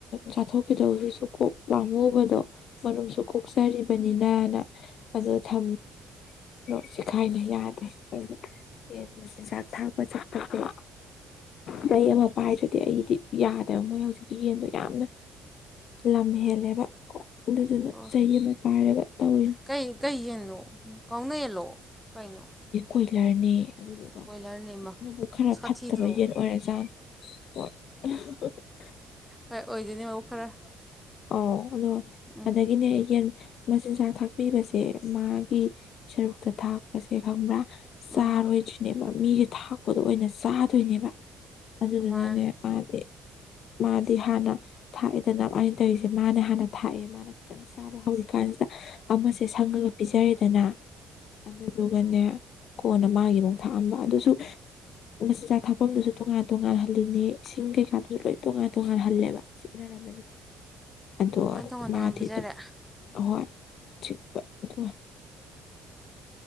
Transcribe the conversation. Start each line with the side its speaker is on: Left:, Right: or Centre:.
Left: ꯆꯥꯊꯣꯛꯈꯤꯗꯧꯗꯨꯁꯨ ꯀꯣꯛ ꯄꯥꯝꯃꯨꯕꯗꯣ ꯃꯔꯨꯝꯁꯨ ꯀꯣꯛꯆꯔꯤꯕꯅꯤꯅ ꯐꯖꯟ ꯊꯝ ꯗꯣ ꯆꯤꯈꯥꯏꯅꯩ ꯌꯥꯗ꯭ꯔꯦ ꯑꯩ ꯌꯦꯟ ꯃꯆꯤꯟꯖꯥꯛ ꯊꯥꯛꯄ ꯆꯠꯄꯖꯦ ꯆꯩ ꯑꯃ ꯄꯥꯏꯗ꯭ꯔꯗꯤ ꯑꯩꯗꯤ ꯌꯥꯗꯦꯕ ꯃꯣꯏ ꯍꯧꯖꯤꯛꯀꯤ ꯌꯦꯟꯗꯣ ꯌꯥꯝꯅ ꯂꯝ ꯍꯦꯜꯂꯦꯕ ꯑꯗꯨꯗꯨꯅ
Centre: ꯑꯣ
Left: ꯆꯩ ꯑꯃ ꯄꯥꯏꯔꯒ ꯇꯧꯔꯤꯅꯦ
Centre: ꯀꯩ ꯀꯩ ꯌꯦꯟꯅꯣ ꯀꯥꯎꯅꯌꯦꯜꯂꯣ ꯀꯩꯅꯣ
Left: ꯀꯨꯏꯂꯔꯅꯦꯌꯦ ꯑꯗꯨꯗꯨꯒ
Centre: ꯀꯣꯏꯂꯔꯅꯦ ꯏꯃꯥ
Left: ꯃꯕꯨꯛ ꯈꯔ
Centre: ꯁꯥꯊꯤꯗ꯭ꯔꯣ
Left: ꯐꯠꯇꯕ ꯌꯦꯟ ꯑꯣꯏꯔꯖꯥꯠꯅꯦ ꯍꯣꯏ <unintelligible>
Centre: ꯍꯣꯏ ꯑꯣꯏꯗꯣꯏꯅꯦ ꯃꯕꯨꯛ ꯈꯔ
Left: ꯑꯧ ꯑꯗꯣ
Centre: ꯎꯝ
Left: ꯑꯗꯒꯤ ꯌꯦꯟ ꯃꯆꯤꯟꯖꯥꯛ ꯊꯥꯛꯄꯤꯕꯁꯦ ꯃꯥꯒꯤ ꯁꯔꯨꯛꯇ ꯊꯥꯛꯄꯁꯦ ꯈꯪꯕ꯭ꯔꯥ ꯆꯥꯔꯣꯏꯗ꯭ꯔꯤꯅꯦꯕ
Centre: ꯎꯝ
Left: ꯃꯤꯒꯤ ꯊꯥꯛꯄꯗꯣ ꯑꯣꯏꯅ ꯆꯥꯗꯣꯏꯅꯦꯕ ꯑꯗꯨꯗꯨꯅꯅꯦ
Centre: ꯃꯥ
Left: ꯃꯥꯗꯤ ꯃꯥꯗꯤ ꯍꯥꯟꯅ ꯊꯥꯛꯑꯦꯗꯅ ꯑꯩꯅ ꯇꯧꯔꯤꯁꯦ ꯃꯥꯅ ꯍꯥꯟꯅ ꯊꯥꯛꯑꯦ ꯃꯥꯅ ꯈꯤꯇꯪ ꯆꯥꯕ ꯍꯧ ꯀꯥꯟꯁꯤꯗ ꯑꯃꯁꯦ ꯁꯪꯉꯒ ꯄꯤꯖꯔꯦꯗꯅ ꯑꯗꯨꯗꯨꯒꯅꯦ ꯀꯣꯟꯅ ꯃꯥꯒꯤ ꯑꯃꯨꯛ ꯊꯥꯛꯑꯝꯕ ꯑꯗꯨꯁꯨ ꯃꯆꯤꯟꯖꯥꯛ ꯊꯥꯛꯐꯝꯗꯨꯁꯨ ꯇꯣꯉꯥꯟ ꯇꯣꯉꯥꯟꯍꯜꯂꯤꯅꯦ ꯏꯁꯤꯡ ꯀꯩꯀꯥꯗꯨꯁꯨ ꯂꯣꯏ ꯇꯣꯉꯥꯟ ꯇꯣꯡꯉꯜꯍꯜꯂꯦꯕ ꯆꯤꯛꯅꯔꯝ ꯑꯗꯣ
Centre: ꯂꯣꯏ ꯇꯣꯉꯥꯟ
Left: ꯃꯥꯗꯤ
Centre: ꯇꯣꯉꯥꯟ ꯄꯤꯖꯔꯦ
Left: ꯑꯗꯨꯝ ꯑꯍꯣꯏ ꯆꯤꯛꯄ ꯑꯗꯨꯒ